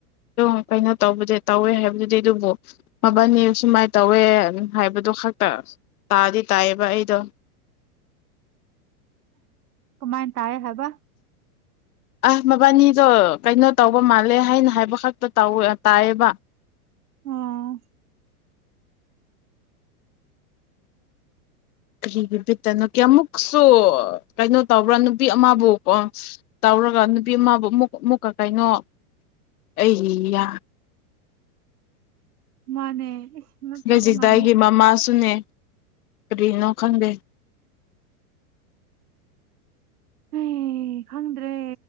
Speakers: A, on the left (about 70°); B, on the right (about 75°).
A: ꯑ ꯀꯩꯅꯣ ꯇꯧꯕꯗꯤ ꯇꯧꯋꯦ ꯍꯥꯏꯕꯗꯨꯗꯤ ꯑꯗꯨꯕꯨ ꯃꯕꯥꯅꯤ ꯁꯨꯃꯥꯏꯅ ꯇꯧꯋꯦ ꯍꯥꯏꯕꯗꯣ ꯈꯛꯇ ꯇꯥꯗꯤ ꯇꯥꯏꯌꯦꯕ ꯑꯩꯗꯣ
B: ꯀꯃꯥꯏꯅ ꯇꯥꯏꯌꯦ ꯍꯥꯏꯕ ꯕ
A: ꯑꯁ ꯃꯕꯥꯅꯤꯗꯣ ꯀꯩꯅꯣ ꯇꯧꯕ ꯃꯥꯜꯂꯦ ꯍꯥꯏꯅ ꯍꯥꯏꯕ ꯈꯛꯇ ꯇꯥꯏꯌꯦꯕ
B: ꯑꯣ
A: ꯀꯔꯤꯒꯤꯕꯤꯠꯇꯅꯣ ꯀꯦ ꯑꯃꯨꯛꯁꯨ ꯀꯩꯅꯣ ꯇꯧꯕ꯭ꯔꯥ ꯅꯨꯄꯤ ꯑꯃꯕꯨ ꯀꯣ ꯇꯧꯔꯒ ꯅꯨꯄꯤ ꯑꯃꯕꯨ ꯑꯃꯨꯛ ꯑꯃꯨꯛꯀ ꯀꯩꯅꯣ ꯑꯩ
B: ꯃꯥꯅꯦ ꯏꯁ ꯉꯛꯇꯧꯕ
A: ꯒꯖꯤꯛꯗꯥꯏꯒꯤ
B: ꯉꯝꯗꯦ
A: ꯃꯃꯥꯁꯨꯅꯦ ꯀꯔꯤꯅꯣ ꯈꯪꯟꯗꯦ
B: ꯍꯩ ꯈꯪꯗ꯭ꯔꯦ